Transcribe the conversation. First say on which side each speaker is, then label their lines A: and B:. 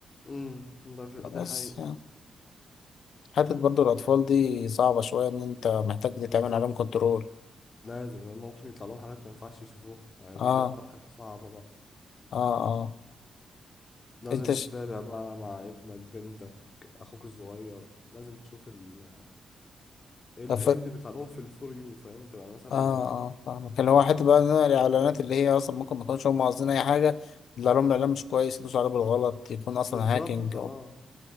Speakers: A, on the left; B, on the left.
A: امم ده ف-
B: خلاص
A: دي حقيقة
B: حتة برضو الأطفال دي صعبة شوية إن أنت محتاج تتعمل
A: بالظبط
B: عليهم كنترول
A: لازم ممكن يطلع لهم حاجات ما ينفعش يشوفوها يعني
B: آه
A: دي, دي اكتر حاجة صعبة بقى
B: آه آه
A: لازم
B: أنت ش...
A: تتابع بقى مع ابنك بنتك اخوك الصغير لازم تشوف ال... ايه ال-
B: آه، ف...
A: إيه اللي بيطلع لهم في الفور يو فاهم انت يعني مثلا
B: آه
A: أنا...
B: آه فاهمك اللي هو حتة بقى إن أنا الإعلانات اللي هي أصلا ممكن ما يكونوش هم قاصدين أي حاجة يطلع لهم إعلان مش كويس يدوسوا عليه بالغلط يكون أصلا
A: بالظبط
B: هاكينج
A: اه
B: أو